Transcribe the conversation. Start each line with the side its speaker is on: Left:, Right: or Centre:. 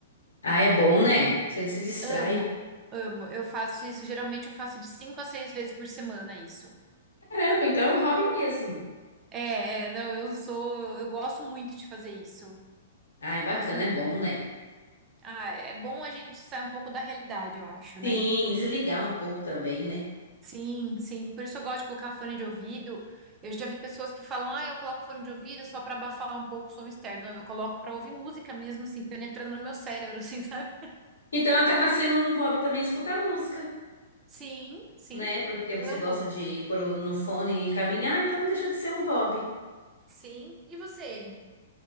Left: Ah, é bom, né? Você se distrai.
Right: Amo, amo. Eu faço isso, geralmente eu faço de cinco a seis vezes por semana isso.
Left: Caramba, então é um hobby mesmo.
Right: É, é, não, eu sou, eu gosto muito de fazer isso.
Left: Ah, é bacana,
Right: Gosto muito.
Left: é bom, né?
Right: Ah, é bom a gente sair um pouco da realidade, eu acho, né?
Left: Sim, desligar um pouco também, né?
Right: Sim, sim. Por isso eu gosto de colocar fone de ouvido. Eu já vi pessoas que falam, ah, eu coloco fone de ouvido só para abafar um pouco o som externo. Não, eu coloco para ouvir música mesmo, assim, penetrando no meu cérebro, assim, <laughs> sabe?
Left: Então acaba sendo um hobby também escutar música,
Right: Sim, sim.
Left: né? Porque você
Right: Amo.
Left: gosta de pôr o- no fone e caminhar, então não deixa de ser um hobby.
Right: Sim. E você?